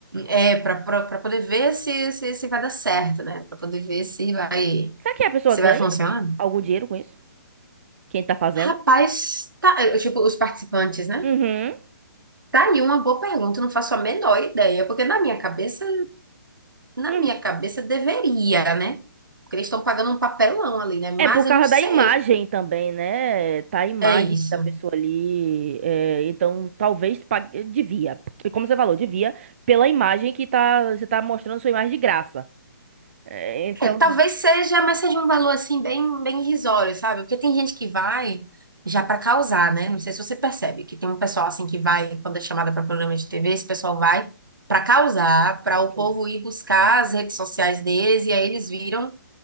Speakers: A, on the right; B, on the right.
A: É para para poder ver se, se, se vai dar certo, né? Para poder ver se vai
B: Será que a pessoa
A: se
B: ganha
A: vai funcionar.
B: algum dinheiro com isso? Quem tá fazendo?
A: Rapaz, tá, eh, tipo, os participantes, né?
B: Uhum.
A: Tá aí uma boa pergunta, eu não faço a menor ideia, porque na minha cabeça, na
B: Hum.
A: minha cabeça deveria, né? Porque eles estão pagando um papelão ali, né? Mas
B: É por causa
A: eu não sei.
B: da imagem também, né? Tá a imagem
A: É isso.
B: da pessoa ali. é, então, talvez pague- devia. Porque, Como você falou, devia pela imagem que tá, você tá mostrando sua imagem de graça. É, então,
A: É, talvez seja, mas seja um valor assim bem, bem irrisório, sabe? Porque tem gente que vai já para causar, né? Não sei se você percebe que tem um pessoal assim que vai quando é chamada para programa de TV, esse pessoal vai para causar, para o
B: assim,
A: povo ir buscar as redes sociais deles e aí eles viram,